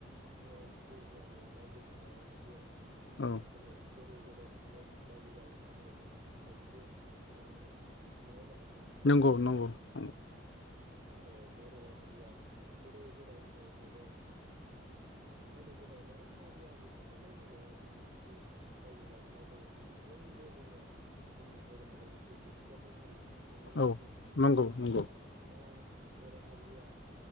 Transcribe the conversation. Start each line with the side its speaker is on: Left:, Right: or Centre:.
Right: आथिङाव जौगानो हानाय गसंनो हानाय मोनसे
Left: औ
Right: मैखोमै गोदो गोदायनिफ्रायनो रायजो जाबोनो हाय मोनसे हारिमु नङामोन
Left: नंगौ नंगौ नंगौ
Right: मा होनो बर' हारिया गोदो गोदायनिफ्रायनो गोदो गोदाय माने आजै आजौनिफ्रायनो बुंजायो रायजो जाबोनाय नै दिनैसिम बो दङ जोंनि बर' हारिया मोनसे गोग्गाथाव हारि नंगौना
Left: औ
Right: नोंथां
Left: नंगौ नंगौ
Right: औ दा बर' हारिया